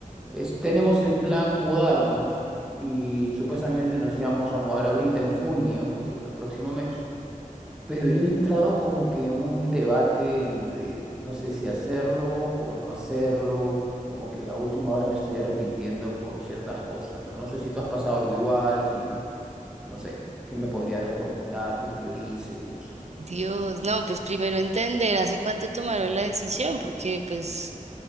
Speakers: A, in the centre; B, on the right (about 50°).
A: es- tenemos en plan mudarnos y supuestamente nos íbamos a mudar ahorita en junio, el próximo mes. Pero yo he entrado como que en un debate entre no sé si hacerlo o no hacerlo, como que a última hora me estoy arrepintiendo por ciertas cosas, ¿no? No sé si tú has pasado algo igual, si, no sé, ¿qué me podrías recomendar, que priorice y eso?
B: Dios, no, pues primero entender hace cuánto tomaron la decisión, porque pues,